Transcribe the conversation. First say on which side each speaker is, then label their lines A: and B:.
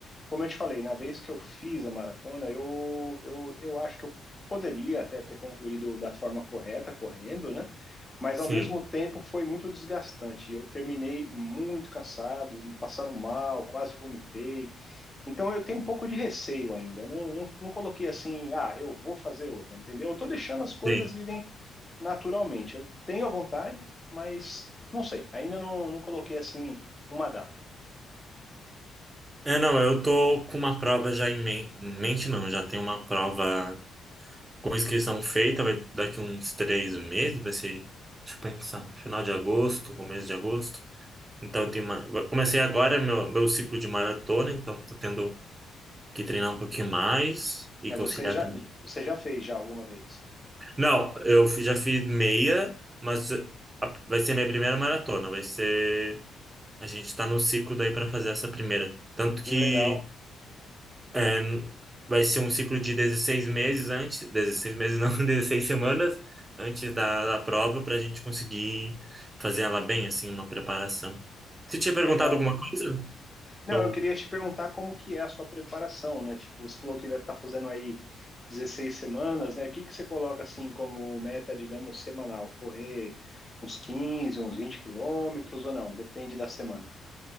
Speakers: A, on the left; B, on the right.
A: como eu te falei, na vez que eu fiz a maratona, eu, eu, eu acho que eu poderia até ter concluído da forma correta, correndo, né? Mas,
B: Sim,
A: ao mesmo tempo, foi muito desgastante. Eu terminei muito cansado, passando mal, quase vomitei. Então, eu tenho um pouco de receio ainda. Eu Não, não, não coloquei assim, ah, eu vou fazer outra, entendeu? Eu tô deixando as coisas
B: sim.
A: irem naturalmente. Eu tenho a vontade, mas não sei. Ainda não, não coloquei assim uma data.
B: É, não, eu tô com uma prova já em men- em mente, não, já tenho uma prova. Com inscrição feita, vai daqui uns três meses, vai ser, deixa eu pensar, final de agosto, começo de agosto. Então, tem uma, eu comecei agora meu, meu ciclo de maratona, então tô tendo que treinar um pouquinho mais e
A: Mas
B: conciliar
A: você já,
B: também.
A: você já fez já alguma vez?
B: Não, eu fi- já fiz meia, mas eh, a- vai ser minha primeira maratona, vai ser, a gente tá no ciclo daí para fazer essa primeira. Tanto que
A: Legal,
B: É, vai ser um ciclo de 16 meses antes, 16 meses não, <laughs> 16 semanas antes da, da prova para a gente conseguir fazer ela bem, assim, uma preparação. Você tinha perguntado
A: legal.
B: alguma coisa?
A: Não,
B: Eu-
A: eu queria te perguntar como que é a sua preparação, né? Tipo, você falou que vai estar fazendo aí 16 semanas, né? O que que você coloca assim como meta, digamos, semanal? Correr uns 15, uns 20 quilômetros ou não? Depende da semana.